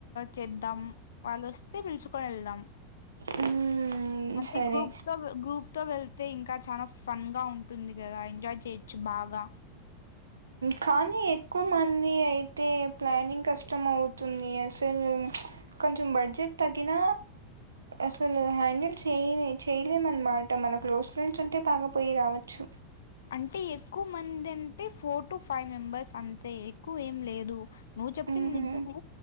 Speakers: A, on the left; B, on the right.
A: చేద్దాం వాళ్ళు వస్తే పిలుచుకొని వెళ్దాం
B: హ్మ్
A: అంటే
B: సరే
A: గ్రూప్ గా గ్రూప్ తో వెళ్తే ఇంకా చాలా ఫన్ గా ఉంటుంది కదా ఎంజాయ్ చేయొచ్చు బాగా
B: కానీ ఎక్కువ మంది అయితే ప్లానింగ్ కష్టం అవుతుంది అసలు కొంచెం బడ్జెట్ తగిన అసలు హ్యాండిల్ చేయ చేయలేమనమాట మన క్లోజ్ ఫ్రెండ్స్ ఉంటే బాగా పోయి రావచ్చు
A: అంటే ఎక్కువ మంది అంటే ఫోర్ టు ఫైవ్ మెంబర్స్ అంతే ఎక్కువ ఏం లేదు నువ్వు చెప్పింది
B: హ్మ్
A: నిజమే